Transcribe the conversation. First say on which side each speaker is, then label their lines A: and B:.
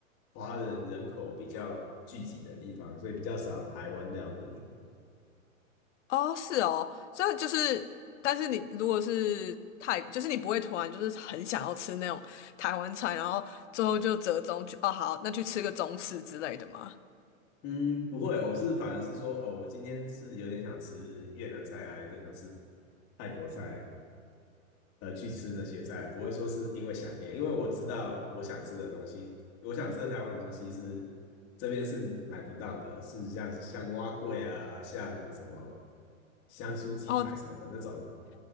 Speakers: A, on the left (about 35°); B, on the left (about 60°).
A: 华人人口比较聚集的地方，所以比较少台湾料理。
B: 哦，是哦，所以就是，但是你如果是太，就是你不会突然就是很想要吃那种台湾菜，然后最后就折中去，哦，好，那去吃个中式之类的嘛，
A: 嗯，不会，我是反而是说，哦，我今天是有点想吃越南菜啊，有点想吃泰国菜，呃去吃那些菜，不会说是因为想念，因为我知道我想吃的东西，我想吃的台湾的东西是这边是买不到的，是像是像蛙桂啊，像什么香酥鸡排什么的那种，
B: 哦。